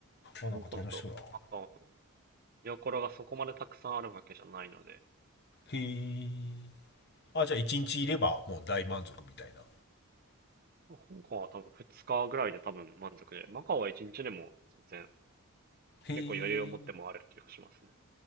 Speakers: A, on the left; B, on the right.
A: あ、
B: 香港とマカオの見
A: なんか楽しそうだな。へ
B: どころがそこまでたくさんあるわけじゃないので、
A: え。あ、じゃあ1日いればもう大満足みたいな。
B: まあ香港は多分2日ぐらいで多分満足で、マカオは1日でも全然
A: へ
B: 結構余裕を持って回れる気がしますね。
A: え。